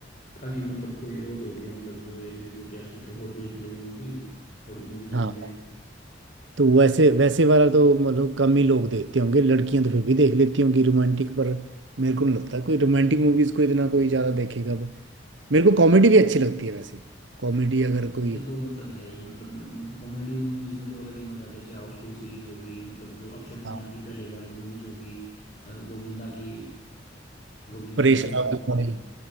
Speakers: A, on the left; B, on the right.
A: ताकि मतलब कोई रो धो के मतलब जो ये दिल टूटे आशिक है वो देख ले वो मूवी थोड़ी मूवी
B: हाँ
A: चल जाए
B: तो वैसे वैसे वाला तो मतलब कम ही लोग देखते होंगे लड़कियां तो फिर भी देख लेती होंगी रोमांटिक पर मेरे को नहीं लगता कोई रोमांटिक मूवीज को इतना कोई ज्यादा देखेगा अब मेरे को कॉमेडी भी अच्छी लगती है वैसे कॉमेडी अगर
A: हाँ, ये
B: कोई
A: तो मतलब है ही मतलब कॉमेडी मूवीज में तो अलग ही मजा है। जैसे हाउसफुल सीरीज होगी मतलब जो अक्षय कुमार
B: हाँ,
A: की पहले वाली मूवीज होगी अ, गोविंदा की गोविंदा
B: परेश
A: की मूवीज
B: रावल
A: होगी
B: वाली